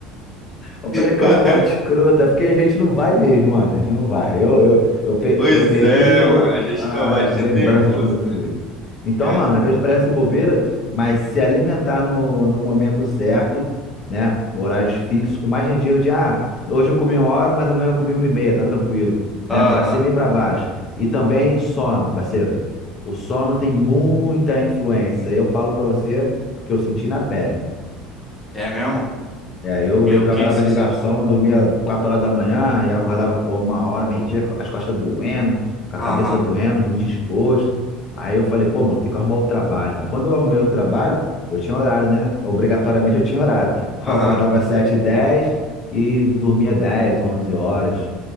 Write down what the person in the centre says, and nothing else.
mano.
Pois
é,
mano. A gente
não vai ser
teimoso,
velho.
A
gen-
Aham.
É mesmo?
E
O
que que você
sentiu?
Aham.
Aham.